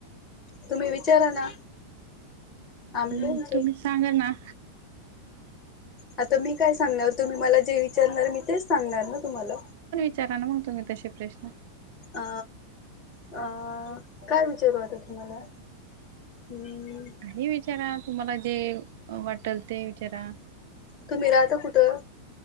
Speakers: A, on the left (about 30°); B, on the right (about 50°).
A: तुम्ही विचारा ना आम्ही
B: हम्म
A: बोलतो
B: तुम्ही सांगा ना
A: आता मी काय सांगणार तुम्ही मला जे विचारणार मी तेच सांगणार ना तुम्हाला
B: विचारांना मग तुम्ही तसे प्रश्न
A: अ अ काय विचारू आता तुम्हाला हम्म
B: काही विचारा तुम्हाला जे वाटेल ते विचारा
A: तुम्ही राहता कुठं